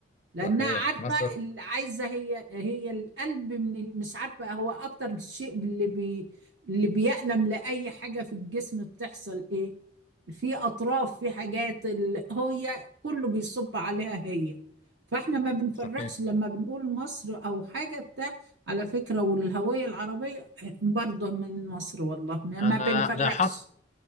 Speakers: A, on the right; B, on the left.
A: لانها
B: صحيح
A: عارفه
B: مصر
A: اللي عايزه هي هي القلب من ال- مش عارفه هو اكتر شيء اللي بي اللي بيألم لاي حاجه في الجسم بتحصل ايه في اطراف في حاجات اللي هي كله بيصب عليها هي فاحنا ما بنفرقش
B: صحيح
A: لما بنقول مصر او حاجه بتاع على فكره والهويه العربيه برضه من مصر والله ما ما
B: أنا
A: بنفرقش
B: لاحظت